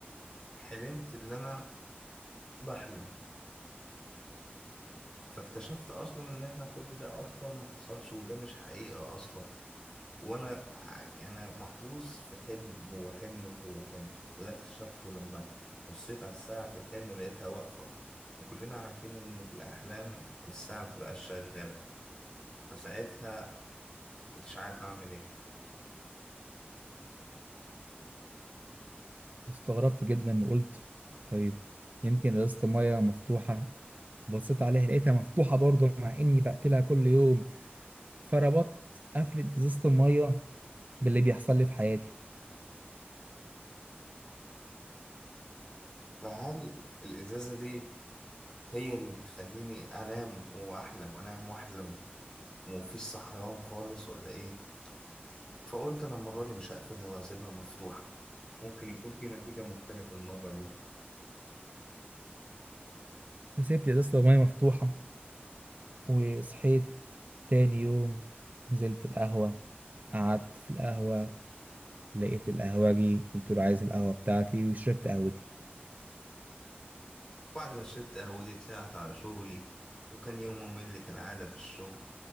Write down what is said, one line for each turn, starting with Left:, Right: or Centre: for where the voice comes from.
Left: حلمت اللي أنا بحلم فاكتشفت أصلا إن إحنا كل ده أصلا ما حصلش وده مش حقيقة أصلا وأنا ع- أنا محبوس في حلم جوه حلم جوه حلم وده اكتشفته لما بصيت على الساعة في الحلم ولقيتها واقفة وكلنا عارفين إن في الأحلام الساعة بتبقى شغالة فساعتها كنتش عارف أعمل إيه
Right: واستغربت جدا وقلت طيب يمكن ازازة المية مفتوحة بصيت عليها لقيتها مفتوحة برضه مع إني بقفلها كل يوم فربطت قفلة إزازة المية باللي بيحصل لي في حياتي
Left: فهل الإزازة دي هي اللي بتخليني أنام وأحلم وأنام وأحلم ومفيش صحيان خالص ولا إيه؟ فقلت أنا المرة دي مش هقفلها وهسيبها مفتوحة ممكن يكون في نتيجة مختلفة المرة دي
Right: فسيبت إزازة المية مفتوحة وصحيت تاني يوم نزلت القهوة قعدت في القهوة لقيت القهوجي قلت له عايز القهوة بتاعتي وشربت قهوتي
Left: بعد ما شربت قهوتي طلعت على شغلي وكان يوم ممل كالعادة في الشغل